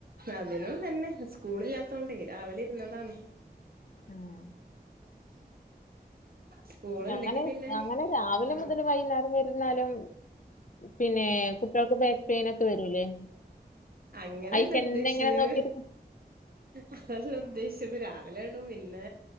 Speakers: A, on the right; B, on the left.
A: അതിനും തന്നെ സ്‌ കൂളില്ലാത്തോണ്ടേ രാവിലെ ഇരുന്നതാണ്.
B: തന്നെയാണ്
A: സ്കൂള്ണ്ടെങ്കി
B: അങ്ങനെ
A: പിന്നെ
B: അങ്ങനെ രാവിലെ
A: ആഹ്
B: മുതല് വൈകുന്നേരം വര ഇരുന്നാലും പിന്നേ കുട്ട്യൾക്ക് ബാക്ക്പെയിനൊക്കെ വരൂലേ?
A: അങ്ങനെയല്ല
B: അയ്ക്കന്നെ
A: ഉദ്ദേശിച്ചത്
B: ഇങ്ങനെ നോക്കിയിട്ക്കും.
A: അതല്ല ഉദ്ദേശിച്ചത് രാവിലേണ് പിന്നെ